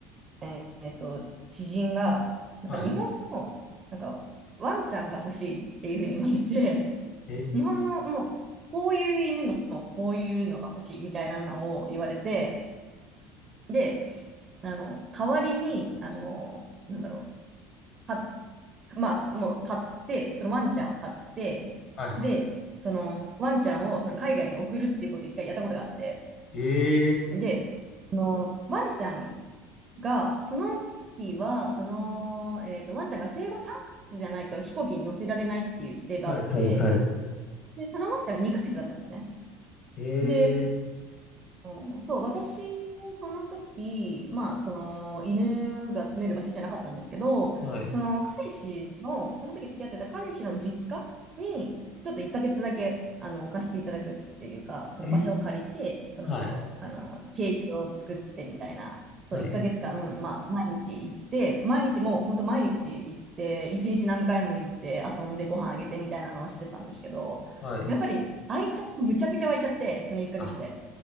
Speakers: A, on the right; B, on the left.
A: えーえっと、知人が、なんか日本の、
B: はい、
A: なんか、ワンちゃんが欲しいっていうふうに言われて、
B: えー、
A: 日本のもう、こういう犬の、こういうのが欲しいみたいなのを言われて、で、あの、代わりに、あの、なんだろう、か、まあ、もう買って、そのワンちゃんを買って、
B: はい、
A: で、そのワンちゃんをその海外に送るっていうことを一回やったことがあって、
B: ええ
A: で、ワンちゃんが、その時は、その、えっと、ワンちゃんが生後3ヶ月じゃないと飛行機に乗せられないっていう規定があって、
B: ーはい、はい、はい、
A: で、そのワンちゃんが2ヶ月だったんですね。
B: ええ
A: で、うんそう、私はその時、まあ、その犬が住める場所じゃなかったんですけど、
B: ーはい、
A: その彼氏の、その時付き合ってた彼氏の実家に、ちょっと1ヶ月だけ、あの、貸していただくっていうか、その場所を借りて、
B: えー、
A: その人、
B: はい、
A: あの、ケージを作ってみたいな、そう、
B: はい、
A: 1ヶ月間、まあ、毎日行って、毎日もう本当毎日行って、1日何回も行って遊んでご飯あげてみたいなのをしてたんですけど、
B: はい。
A: やっぱり、愛着、むちゃくちゃ湧いちゃって、その1ヶ月で。
B: あ、